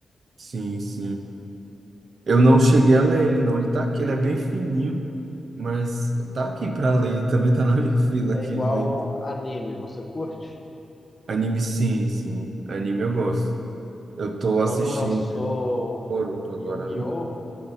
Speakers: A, on the right; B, on the left.
A: Sim, sim. Eu não cheguei a ler ele, não. Ele tá aqui, ele é bem fininho, mas tá aqui pra ler. <laughs> Também tá na minha <laughs> fila
B: É
A: aqui
B: igual
A: de ler.
B: anime, você curte?
A: Anime, sim, sim. Anime eu gosto. Eu tô
B: Quando
A: assistindo
B: lançou
A: Boruto agora,
B: Yu-Gi-Oh!
A: né?